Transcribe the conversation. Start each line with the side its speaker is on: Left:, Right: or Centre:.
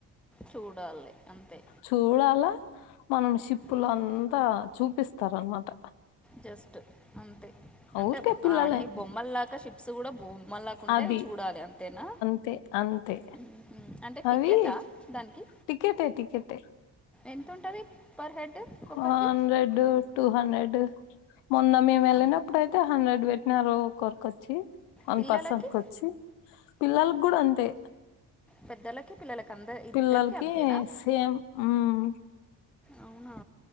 Centre: చూడాలి అంతే
Left: చూడాల మనం షీప్పులు
Centre: మ్మ్.
Left: అంతా చూపిస్తార్ అనమాట
Centre: జస్ట్ అంతే అంటే
Left: ఊరికే పిల్లలే
Centre: అన్ని బొమ్మల్లాకా షిప్స్ కూడా బొమ్మల్లాకు ఉంటే
Left: అది
Centre: అవి చూడాలి అంతేనా
Left: అంతే అంతే
Centre: మ్మ్. అంటే టికెటా
Left: అవి
Centre: దానికి
Left: టికెటే టికెటే
Centre: ఎంత ఉంటది ఫర్ హెడ్ ఒకరికి
Left: హండ్రెడ్ టూ హండ్రెడ్ మొన్న మేము వెళ్ళినప్పుడు
Centre: ఆ,
Left: అయితే హండ్రెడ్ పెట్టినారు ఒకరికొచ్చి వన్
Centre: పిల్లలకి
Left: పర్సన్ కొచ్చి పిల్లలకి కూడా అంతే
Centre: పెద్దలకి పిల్లలకి అంద ఇద్దరికి
Left: పిల్లలకి
Centre: అంతేనా
Left: సేమ్ మ్మ్
Centre: అవునా